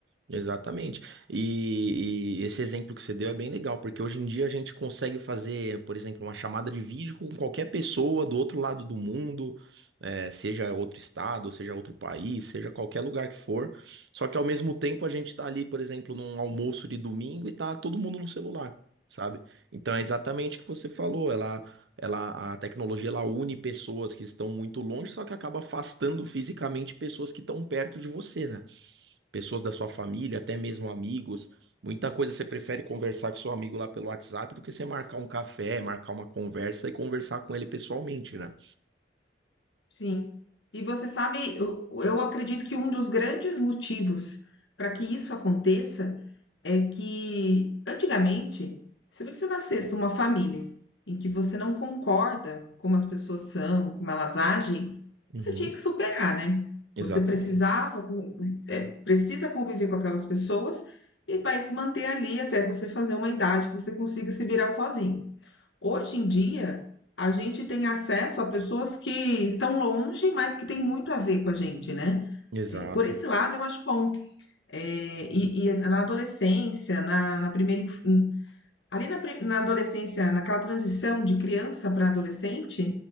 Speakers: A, on the right; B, on the left.
A: Exatamente. E, e esse exemplo que você deu é bem legal, porque hoje em dia a gente consegue fazer, por exemplo, uma chamada de vídeo com qualquer pessoa do outro lado do mundo, eh, seja outro estado, seja outro país, seja qualquer lugar que for. Só que ao mesmo tempo a gente está ali, por exemplo, num almoço de domingo e tá todo mundo no celular, sabe? Então é exatamente o que você falou. Ela, ela, a tecnologia ela une pessoas que estão muito longe, só que acaba afastando fisicamente pessoas que estão perto de você, né? pessoas da sua família, até mesmo amigos. Muita coisa você prefere conversar com seu amigo lá pelo WhatsApp do que você marcar um café, marcar uma conversa e conversar com ele pessoalmente, né?
B: Sim. E você sabe, eu, eu acredito que um dos grandes motivos para que isso aconteça é que antigamente, se você nascesse numa família em que você não concorda como as pessoas são, como elas agem,
A: Uhum,
B: você tinha que superar, né?
A: exatamente.
B: Você precisava, con- é, precisa conviver com aquelas pessoas e vai se manter ali até você fazer uma idade que você consiga se virar sozinho. Hoje em dia, a gente tem acesso a pessoas que estão longe, mas que têm muito a ver com a gente, né?
A: Exato.
B: É, por esse lado, eu acho bom. Eh, e, e na adolescência, na, na primeira, inf- hum, ali na, pri- na adolescência, naquela transição de criança para adolescente,